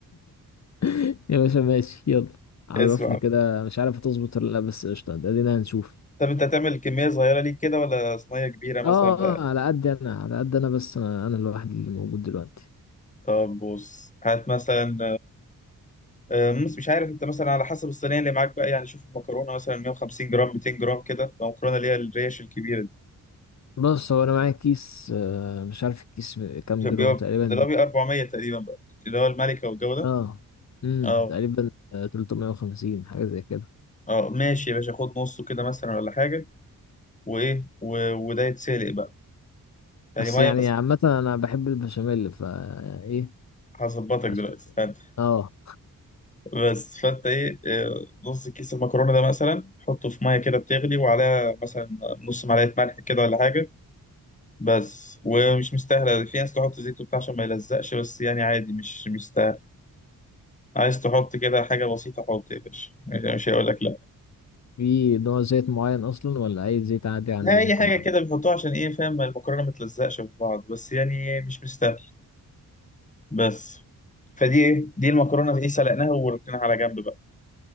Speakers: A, on the left; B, on the left.
A: <laughs> يا باشا ماشي يلا عرفني
B: اسمع بقى
A: كده مش عارف هتظبط ولا لا بس قشطه ده دينا هنشوف
B: طب انت هتعمل كمية صغيرة ليك كده ولا صينية كبيرة مثلا
A: اه آه،
B: بقى
A: اه، على قد انا على قد انا بس انا, أنا الواحد اللي موجود دلوقتي
B: طب بص هات مثلا آه، مس- مش عارف انت مثلا على حسب الصينيه اللي معاك بقى يعني شوف المكرونه مثلا 150 جرام 200 جرام كده لو المكرونه اللي هي الريش الكبيره دي
A: بص هو انا معايا كيس آه، مش عارف الكيس كام
B: بتبقى-
A: جرام تقريبا
B: ده اللي هو بيبقى 400 تقريبا بقى اللي هو الملكه والجو ده
A: اه امم
B: اه
A: تقريبا آه، 350 حاجه زي كده
B: اه ماشي يا باشا خد نصه كده مثلا ولا حاجه وايه و... وده يتسلق بقى يعني
A: بس
B: ميه
A: يعني
B: بس
A: عامة أنا بحب البشاميل فا إيه
B: هظبطك دلوقتي
A: عشان
B: استنى
A: اه
B: بس فانت ايه آه، نص كيس المكرونه ده مثلا حطه في ميه كده بتغلي وعليها مثلا نص معلقه ملح كده ولا حاجه بس ومش مستاهله في ناس تحط زيت وبتاع عشان ما يلزقش بس يعني عادي مش مستاهل عايز تحط كده حاجه بسيطه حط يا باشا مش مش هيقول لك لا
A: في نوع زيت معين اصلا ولا اي زيت عادي عندي
B: لا اي
A: ممكن
B: حاجه
A: احطه
B: كده بيحطوها عشان ايه فاهم المكرونه ما تلزقش في بعض بس يعني مش مستاهل بس فدي ايه دي المكرونه ايه سلقناها وركناها على جنب بقى